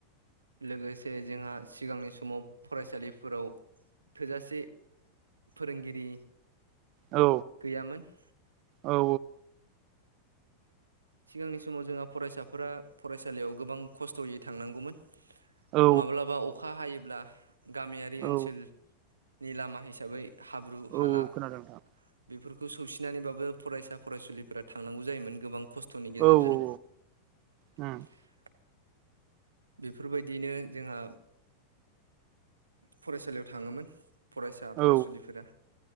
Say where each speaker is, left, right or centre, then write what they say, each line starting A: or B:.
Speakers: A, on the right (about 80°); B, on the right (about 40°).
A: लोगोसे जोंहा सिगांनि समाव फरायसालि फोराव थोजासे फोरोंगिरि
B: औ
A: गैयामोन <inaudible>
B: औ
A: सिगांनि समाव जोंहा फरायसाफोरा फरायसालियाव गोबां खस्थ'यै थांनांगौमोन।
B: औ
A: माब्लाबा अखा हायोब अब्ला गामियारि
B: औ
A: ओनसोलनि लामा हिसाबै हाब्रु हाला
B: औ खोनादों नोंथां
A: बेफोरखौ सौसि थिनानैबाबो फरायसा फरायसुलिफोरा थांनांगौ जायोमोन गोबां खस्थ'नि गेजेरजों।
B: औ औ उम
A: <unintelligible> बेफोरबायदियैनो जोंहा फरायसालियाव थाङोमोन। फरायसा फरायसुलिफोरा
B: औ